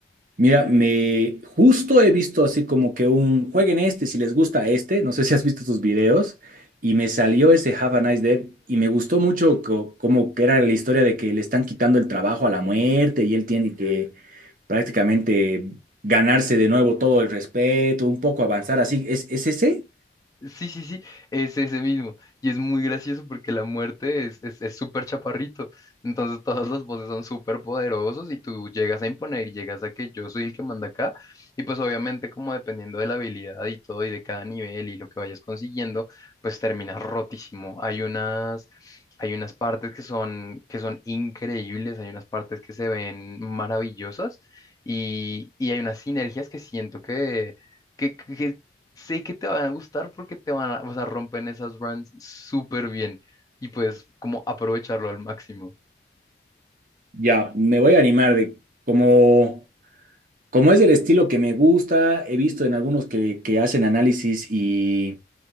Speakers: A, on the right; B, on the left.
A: Mira, me justo he visto así como que un jueguen este si les gusta este. No sé si has visto tus videos. Y me salió ese Have a Nice Day y me gustó mucho co- como que era la historia de que le están quitando el trabajo a la muerte y él tiene que prácticamente ganarse de nuevo todo el respeto, un poco avanzar así. ¿Es, es ese?
B: Sí, sí, sí, es ese mismo. Y es muy gracioso porque la muerte es, es, es súper chaparrito. Entonces todas las voces son súper poderosos y tú llegas a imponer y llegas a que yo soy el que manda acá. Y pues obviamente como dependiendo de la habilidad y todo y de cada nivel y lo que vayas consiguiendo, pues terminas rotísimo. Hay unas, hay unas partes que son, que son increíbles, hay unas partes que se ven maravillosas y, y hay unas sinergias que siento que que, que sé que te van a gustar porque te van a, o sea, rompen esas brands súper bien y pues como aprovecharlo al máximo.
A: Ya, me voy a animar de como, como es el estilo que me gusta. He visto en algunos que, que hacen análisis y.